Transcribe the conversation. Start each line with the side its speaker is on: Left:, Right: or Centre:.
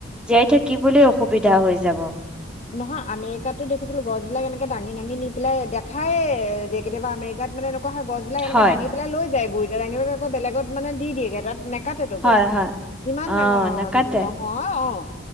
Centre: জীয়াই থাকিবলৈ অসুবিধা হৈ যাব।
Left: নহয় আমেৰিকাতো দেখিছিলো গছ বিলাক এনেকে দাঙি-দাঙি নি পেলাই দেখায়ে, কেতিয়াবা আমেৰিকাত মানে এ ক গছিলাক এনেক
Centre: হয়
Left: দাঙি পেলাই যায়, গুৰি আনিব আকৌ বেলেগত মানে দি দিয়ে তাত। নেকাতেটো
Centre: হয়
Left: গছ
Centre: হয়।
Left: ইমান
Centre: অহ
Left: ডাঙৰ
Centre: নাকাটে
Left: নহয়। অ',